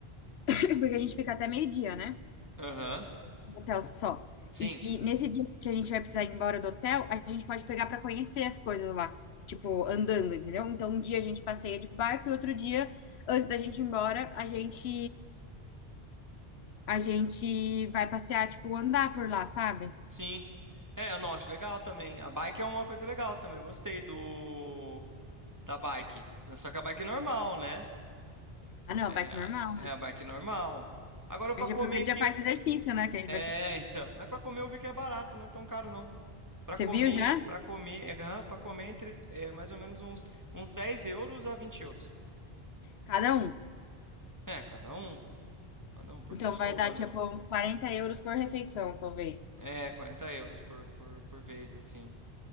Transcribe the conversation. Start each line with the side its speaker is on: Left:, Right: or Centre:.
Left: <laughs> <clears throat> porque a gente fica até meio-dia, né?
Right: Aham.
Left: No hotel só.
Right: Sim,
Left: E, e nesse dia que a gente vai precisar ir embora do hotel, a gente pode pegar pra conhecer as coisas lá, tipo, andando, entendeu? Então, um dia a gente passeia de barco e outro dia, antes da gente ir embora, a gente a gente vai passear, tipo, andar por lá, sabe?
Right: sim. É, eu não acho legal também. A bike é uma coisa legal também. Eu gostei do da bike. Só que a bike é normal, né?
Left: Ah, não,
Right: É,
Left: bike
Right: a-
Left: normal.
Right: é a bike normal. Agora pra
Left: A gente
Right: comer
Left: aproveita
Right: aqui.
Left: e já faz
Right: eu-
Left: exercício, né? Que a gente
Right: É,
Left: vai ter...
Right: então. Mas pra comer eu vi que é barato, não é tão caro, não. Para
Left: Você
Right: comer,
Left: viu já?
Right: para comer, é, para comer entre é, mais ou menos uns, uns 10 euros a 20 euros.
Left: Cada um.
Right: É, cada um, cada um por
Left: Então
Right: pessoa,
Left: vai dar,
Right: né?
Left: tipo, uns 40 euros por refeição, talvez.
Right: É, 40 euros por, por, por vez, assim.